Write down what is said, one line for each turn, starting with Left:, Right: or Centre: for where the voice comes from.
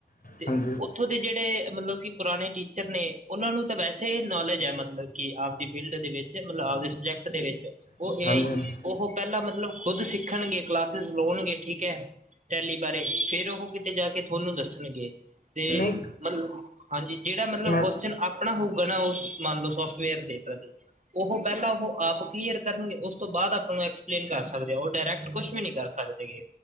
Left: ਹਾਂਜੀ-ਹਾਂਜੀ,
Right: ਤੇ ਉਥੋਂ ਦੇ ਜਿਹੜੇ, ਮਤਲਬ ਕਿ ਪੁਰਾਣੇ ਟੀਚਰ ਨੇ ਉਹਨਾਂ ਨੂੰ ਤਾਂ ਵੈਸੇ ਨੌਲੇਜ ਹੈ। ਮਤਲਬ ਕਿ ਆਪਦੀ ਫੀਲਡ ਦੇ ਵਿਚ, ਮਤਲਬ ਆਪਦੇ ਸਬਜੈਕਟ ਦੇ ਵਿਚ, ਉਹ
Left: ਹਾਂਜੀ-ਹਾਂਜੀ
Right: ਏ ਆਈ ਉਹ ਪਹਿਲਾਂ ਮਤਲਬ ਖੁੱਦ ਸਿੱਖਣਗੇ, ਕਲਾਸਿਸ ਲਾਉਣਗੇ ਠੀਕ ਹੈ। ਟੈਲੀ ਬਾਰੇ, ਫੇਰ ਉਹ ਕਿ ਕਿੱਥੇ ਜਾਕੇ ਥੋਨੁੰ ਦੱਸਣਗੇ, ਤੇ
Left: ਨਹੀਂ
Right: ਮਤਲ ਹਾਂਜੀ, ਜਿਹੜਾ ਮਤਲਬ
Left: ਮੈਂ
Right: ਕੋਸ਼ਚਨ ਆਪਣਾ ਹੋਊਗਾ ਨਾ, ਉਸ ਮੰਨ ਲਓ ਸੋਫਟਵੇਅਰ ਦੇ ਪ੍ਰਤੀ। ਉਹ ਪਹਿਲਾਂ ਉਹ ਆਪ ਕਲੀਅਰ ਕਰਨਗੇ, ਉਸ ਤੋਂ ਬਾਅਦ ਆਪਾਂ ਨੂੰ ਐਕਸਪਲੇਨ ਕਰ ਸਕਦੇ। ਉਹ ਡਾਇਰੈਕਟ ਕੁਛ ਵੀ ਨਹੀਂ ਕਰ ਸਕਦੇ। ਸਕਦੇ ਗੇ।